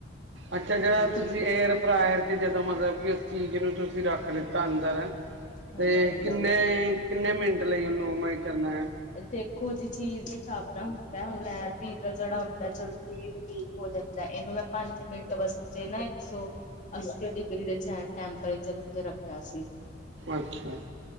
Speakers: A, on the right; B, on the left.
A: ਅੱਛਾ ਜਿਹੜਾ
B: ਹਾਂਜੀ,
A: ਤੁਸੀਂ ਏਅਰ ਫਰਾਇਰ ' ਜਦੋਂ ਮਤਲਬ ਕਿ ਉਸ ਚੀਜ਼ ਨੂੰ ਤੁਸੀਂ ਰੱਖ ਦਿੱਤਾ ਅੰਦਰ
B: ਹਾਂਜੀ-ਹਾਂਜੀ
A: ਤੇ ਕਿੰਨੇ ਕਿੰਨੇ ਮਿੰਟ ਲਈ ਉਹਨੂੰ ਮਾਈ ਕਰਨਾ ਹੈ
B: ਦੇਖੋ ਜੀ ਚੀਜ਼ ਦੇ ਹਿਸਾਬ ਨਾਲ ਮ ਹੁਣ ਪੀਜ਼ਾ ਜਿਹੜਾ ਹੁੰਦਾ ਜਲਦੀ ਵੀਕ ਹੋ ਜਾਂਦਾ ਇਹਨੂੰ ਮੈਂ ਪੰਜ ਮਿੰਟ ਵਾਸਤੇ ਨਾ ਇੱਕ ਸੌ ਅੱਸੀ ਡਿਗਰੀ ਦੇ ਟੈਂਪਰੇਚਰ ਉੱਤੇ ਰੱਖਿਆ ਸੀ।
A: ਅੱਛਾ,